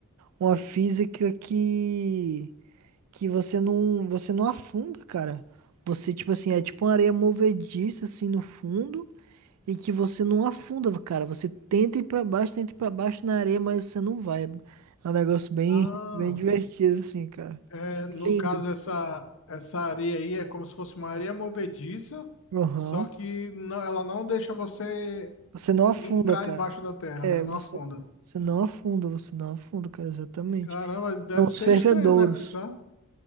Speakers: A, on the right; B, on the left.
A: Uma física que, que você não, você não afunda, cara. Você, tipo assim, é tipo uma areia movediça, assim, no fundo, e que você não afunda, cara. Você tenta ir pra baixo, tenta ir pra baixo na areia, mas você não vai. É um negócio bem,
B: Ah.
A: bem divertido, assim, cara.
B: É, no
A: Lindo.
B: caso, essa, essa areia aí é como se fosse uma areia movediça,
A: Aham.
B: só que não- ela não deixa você
A: Você não
B: entrar
A: afunda, cara.
B: embaixo da terra,
A: É,
B: né? Não
A: você,
B: afunda.
A: você não afunda, você não afunda, cara, exatamente.
B: Caramba, deve
A: São os
B: ser
A: fervedouros.
B: estranho, né? Pisar.